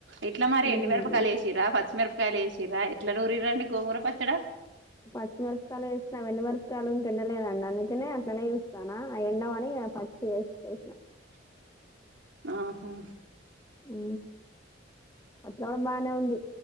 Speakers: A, on the right; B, on the left.
A: ఎట్లా మరి
B: మ్మ్
A: ఎండు మిరపకాయలు వేసిర్ర పచ్చి మిరప కాయలు వేసిల్లా ఎట్లా నూరిర్రుండి గోంగూర పచ్చడా
B: పచ్చిమిరపకాలు వేసిన ఎండుమిరపకాయలు ఇంకా ఎండలేదు అండి అందుకనే అట్లానే చేస్తానా అవి ఎండవని ఇగ పచ్చివే ఏసీ చేసిన
A: ఆహా
B: ఉ అట్లా కూడా బాగానే ఉంది